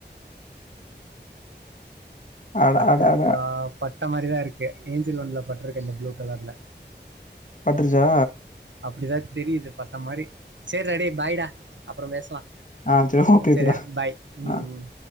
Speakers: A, on the left; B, on the right.
A: அட
B: பட்ருக்கா
A: அட அட
B: ப பட்ட மாரிதா இருக்கு ஏஞ்சில் ஒன்ல பட்ருக்கு இந்த ப்ளூ கலர்ல
A: பட்ருச்சா
B: அப்டிதா தெரியுது பட்ட மாரி சேரிடா டேய் பாய்டா அப்றோ பேஸ்லா
A: ஆ சரி ஓகே ஓகேடா
B: சரிடா பாய்
A: ஆ
B: ம் ம்